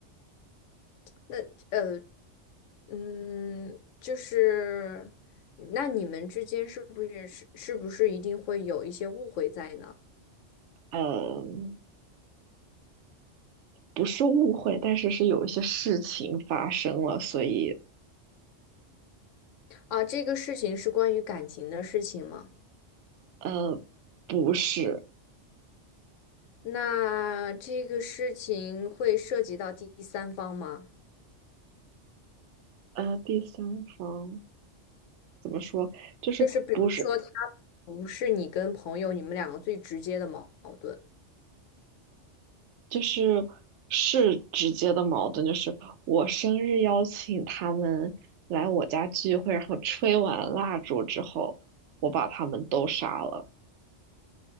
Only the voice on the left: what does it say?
那呃。嗯，就是，那你们之间是不是是是不是一定会有一些误会在呢？
啊，这个事情是关于感情的事情吗？
那这个事情会涉及到第三方吗？
就是比如说，他不是你跟朋友你们两个最直接的矛矛盾。